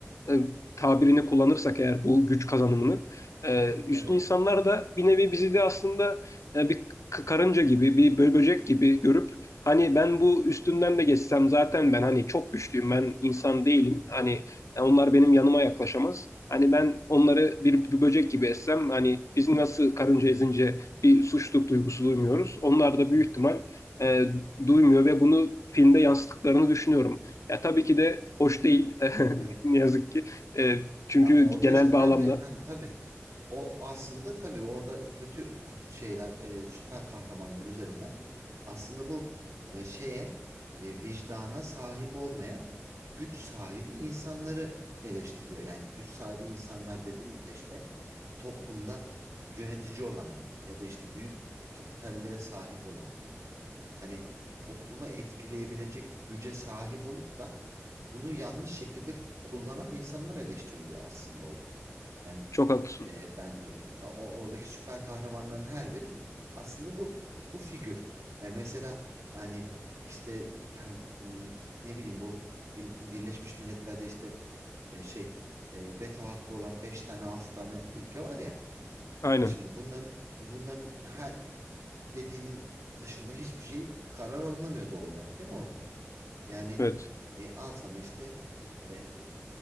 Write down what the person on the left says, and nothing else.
e, tabirini kullanırsak eğer bu güç kazanımını e, üstün
insanlar da bir nevi bizi de aslında e, bir karınca gibi bir bö- böcek gibi görüp hani ben bu üstünden de geçsem zaten ben hani çok güçlüyüm ben insan değilim
hani e, onlar benim yanıma yaklaşamaz. Hani ben onları bir, bir böcek gibi essem hani biz nasıl karınca
ezince bir suçluluk duygusu duymuyoruz. Onlar da
büyük
ihtimal e, duymuyor ve bunu filmde yansıttıklarını düşünüyorum. Ya tabii ki de hoş değil. <laughs>
Ne yazık ki. E, çünkü
genel
bağlamda
çok haklısın.
Aynen.
Evet.